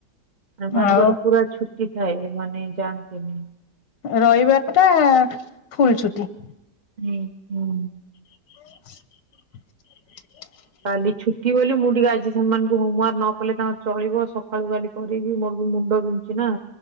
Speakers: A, on the right; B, on the left.
A: ଏମାନଙ୍କର
B: ଆଉ
A: ପୁରା ଛୁଟି ଥାଏ ଏମାନେ ଯାନ୍ତିନି।
B: ରଇବାରଟା ଫୁଲ୍ ଛୁଟି।
A: ହୁଁ ହୁଁ।
B: <inaudible>
A: କାଲି ଛୁଟି ବୋଲି ମୁଁ ଟିକେ ଆଜି ସେମାନଙ୍କୁ ହୋମୱାର୍କ ନ କଲେ ତାଙ୍କର ଚଳିବ ସ ସଖାଳୁ କାଲି କରିବି ମୋ ବି ମୁଣ୍ଡ ବିନ୍ଧୁଚି ନା।